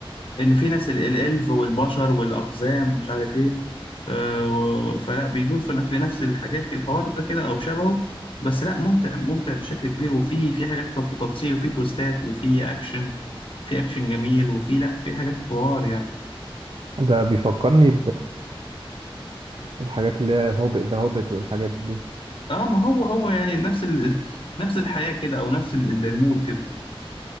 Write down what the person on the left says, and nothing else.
إن في ناس ال- الإلف والبشر والأقزام ومش عارف إيه آه، و- فلا بيدور في نف- في نفس الحاجات كده، الحوار ده كده أو شبهه بس لا ممتع ممتع بشكل كبير وفي في حاجات تف- تفاصيل وفي تويستات وفي أكشن في أكشن جميل وفي لا في حاجات حوار يعني
اه ما هو هو يعني نفس ال... نفس الحياة كده أو نفس ال- ال- المود كده